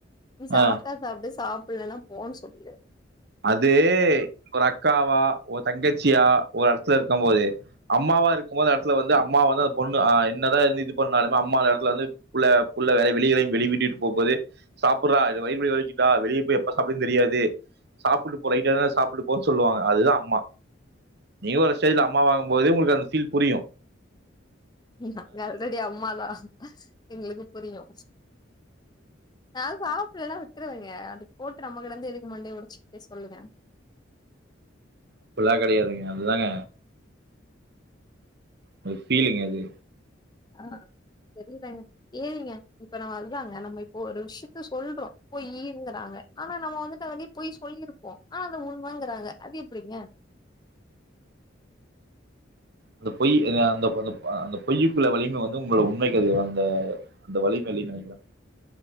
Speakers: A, on the left; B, on the right.
A: நீ சாப்ட்டா
B: ஆ.
A: சாப்டு சாப் பில்லனா போன்னு சொல்லு
B: அது ஒரு அக்காவா ஒரு தங்கச்சியா ஒரு எடத்துல இருக்கம் போது அம்மாவா இருக்கும் போது எடத்துல வந்து அம்மாவ வந்து அந்த பொண்ணு ஆ என்னதா இது பண்ணாலு அம்மாலாத எடத்துல வந்து புள்ள புள்ள வெளிகளையு வெளிவிட்டு போ போது சாப்புறா இது வயிறுவழிக்குதா வெளிய பேய் எப்ப சாப்புடவுனு தெரியாது சாப்புடு போ லைட்டாதா சாப்புடு போ சொல்லு வாங்க அதுதா அம்மா நீ ஒரு ஸ்டேஸ் அம்மாவாகும் போது உங்குளுகு அந்த பீல் புரியு
A: நாங்க ஆல்ரெடி அம்மாதா எங்கிளுக்கு புரியு நா சாப்புள்ளனா விட்ருவிங்க அது போட்டு நம்ம கிட இருந்து எதுக்கு மண்டய ஒடச்சிக்ட்டு சொல்லுவே
B: அப்புல்லா கெடையாதுங்க அதுதாங்க ஒரு பீலிங் அது
A: அ தெரியலங்க ஏனுங்க இப்ப நம்ம அதுதாங்க நம்ம இப்போ ஒரு விஷயத்த சொல்றோ போய் ஈறுங்குறாங்க ஆனா நம்ம வந்துட்டு அதே போய் சொல்லியிருப்போ ஆனா அது உண்மாங்குறாங்க அது எப்பிடிங்க
B: அந்த பொய் அந்த அ அந்த பொய்யுக்குள்ள வலிமை வந்து உங்களோ உண்மைகள் வந்த அந்த வலிமேலி நினைக்கலா